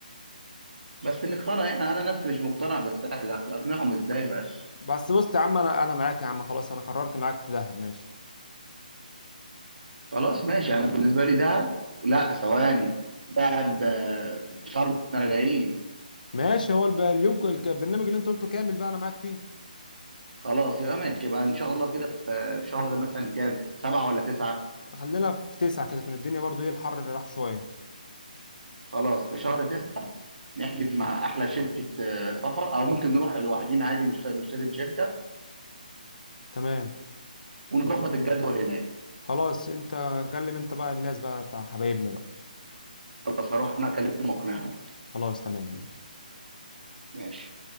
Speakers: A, on the right; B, on the left.
A: بس نقتنع احنا انا نفسي مش مقتنع بس احنا اقنعهم ازاي بس
B: بس بص يا عم انا انا معاك يا عم خلاص انا قررت معاك في دهب ماشي
A: خلاص ماشي انا بالنسبه لي دهب لا ثواني دهب آه، شرم احنا راجعين
B: ماشي هو الب- اليوم ك- الك- البرنامج اللي انت قلته كامل بقى انا معاك فيه
A: خلاص يبقى ماشي يبقى ان شاء الله كده في في شهر مثلا كام سبعة ولا تسعة
B: خلينا في تسعة كده تكون الدنيا برضو ايه الحر اللي راح شويه
A: خلاص في شهر تسعة نحجز مع احلى شركه آه، سفر او ممكن نروح لوحدينا عادي مش مش لازم شركه
B: تمام
A: ونظبط الجدول هناك
B: خلاص انت كلم انت بقى الناس بقى بتاع حبايبنا بقى
A: خلاص هروح انا اكلمهم واقنعهم
B: خلاص تمام ماشي
A: ماشي